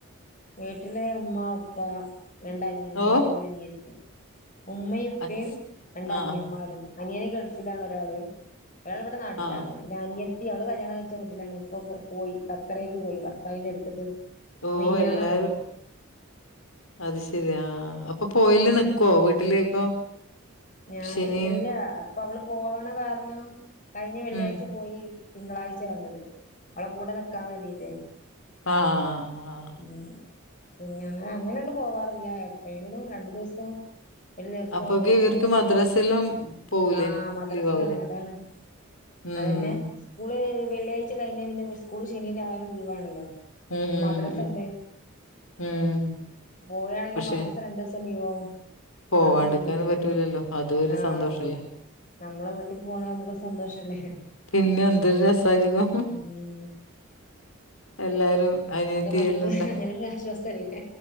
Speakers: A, on the left; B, on the left.
A: വീട്ടില് ഉമ്മ ഉപ്പ രണ്ട് അനിയമ്മാര്
B: ഓ
A: ഒരു അനിയത്തി ഉമ്മയും ഉപ്പയും
B: അച്
A: രണ്ട് അനിയമ്മാരും
B: ആഹ്
A: അനിയൻ ഗൾഫിലാണ് ഒരാള് ഒരാള് ഇവിടെ നാട്ടിലാണ്
B: ആഹ്
A: ഒരു അനിയെത്തി അവള് കല്യാണം കയിച്ച വീട്ടിലാണ് ഇപ്പൊ പോയി ഖത്തറീക്ക് പോയി ഭർത്താവിന്റെ അടുത്ത്ക്ക്
B: ഓ
A: മിയാന്ന്
B: എല്ലാരും അത് ശരിയാ അപ്പൊ പോയില്ലേ
A: ഉം
B: നി കോവിഡില് ഇപ്പൊ
A: ഞാൻ
B: ശനിയും
A: ഇല്ല അപ്പൊ അവള് പോവണ കാരണം കയിഞ്ഞ വെള്ളിയായ്ച്ച
B: ഉം
A: പോയി തിങ്കളായ്ച്ച വന്നത് അവളെ കൂടെ നിക്കാൻ വേണ്ടിട്ടേ
B: ആഹ് ആഹ് ആഹ് ആഹ് ആഹ്
A: ഉം പിന്നെ അങ്ങനെണ്ട് പോവാറില്ല എപ്പോഴെങ്കിലും രണ്ടു ദിവസം ഒരു ദിവസം
B: അപ്പൊക്ക്
A: അങ്ങനെ
B: ഇവർക്ക് <unintelligible>
A: ആഹ് മദ്രസയാണ്
B: ലീവാവൂലേ?
A: അതാണ്
B: ഉം.
A: അതന്നെ സ്കൂള് വെള്ളിയാഴ്ച കഴിഞ്ഞ പിന്നെ സ്കൂള് ശനിയും ഞായറും ലീവാണല്ലോ
B: ഉം,
A: ഇപ്പൊ
B: ഉം,
A: മദ്രസ
B: ഉം, ഉം,
A: ഇണ്ട്
B: ഉം.
A: ഓരാണെങ്കിലും
B: പക്ഷെ
A: മദ്രസ രണ്ടീസം ലീവാവും അതാണ്
B: പോവാണ്ടിക്കാനും
A: ബുദ്ധിമുട്ട്
B: പറ്റൂലല്ലോ അതും ഒരു
A: ആഹ്
B: സന്തോഷല്ലേ?
A: നമ്മളെ വീട്ടിക്ക് പോണ നമ്മക്കൊരു സന്തോഷല്ലേ
B: പിന്നെന്തൊരു രസായിരിക്കും
A: ഉം
B: എല്ലാരും അനിയത്തി
A: ആകെ നമുക്ക്
B: എല്ലാം ഉണ്ട്.
A: അങ്ങനെ ഒരു ആശ്വാസല്ലേ